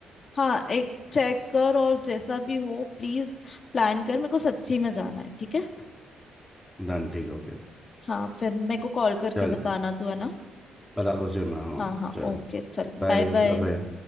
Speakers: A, on the left; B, in the centre.
A: हाँ एक चेक कर और जैसा भी हो प्लीज प्लान कर मेरे को सच्ची में जाना है ठीक है
B: डन ठीक है ओके
A: हाँ फिर मेरे को कॉल करके
B: चल
A: बताना तू है ना
B: बता दो उसे मैं हाँ
A: हाँ हाँ
B: चल
A: ओके चल
B: Bye
A: बाय बाय
B: bye bye